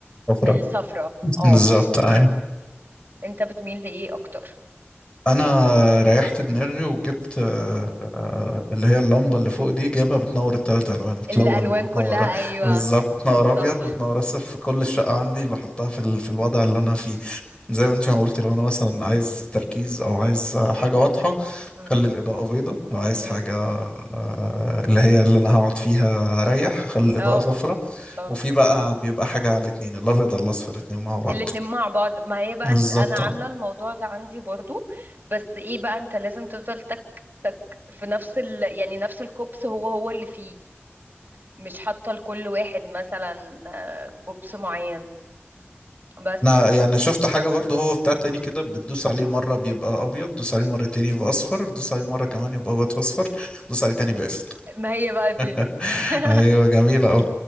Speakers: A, on the left; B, on the right.
A: صفرا
B: الصفرة اه
A: بالظبط أيوة.
B: انت بتميل لإيه أكتر؟
A: انا ريحت دماغي وجبت آه، آه، اللي هي اللمبه اللي فوق دي جايبها بتنور الثلاث الوان بتلون
B: الألوان
A: بتنور
B: كلها أيوة
A: بالظبط بتنور
B: صح
A: ابيض وبتنور اصفر في كل الشقه عندي بحطها في ال- في الوضع اللي انا فيه زي ما انت ما قلت لو انا مثلا عايز تركيز او عايز حاجه واضحه
B: م-
A: خلي الاضاءه بيضه لو عايز
B: م.
A: حاجه آه، اللي هي اللي انا هقعد فيها ريح خلي الاضاءه
B: اه
A: صفراء
B: اه
A: وفي بقى بيبقى حاجه على الاتنين الابيض على الاصفر الاتنين مع بعض
B: الاتنين مع بعض ما هي بقى
A: بالظبط
B: الف... انا
A: اه
B: عامله الموضوع ده عندي برضو بس ايه بقى انت لازم تفضل تك تك في نفس ال... يعني نفس الكوبس هو هو اللي فيه مش حاطه لكل واحد مثلا آه، كوبس معين بس
A: انا يعني شفت حاجة برضه هو بتاع تاني كده بتدوس عليه مرة بيبقى ابيض دوس عليه مرة تاني يبقى اصفر دوس عليه مرة كمان يبقى ابيض اصفر دوس عليه تاني بيقفل
B: ما هي بقى دي
A: <laughs>
B: <laughs>
A: ايوه جميلة اهو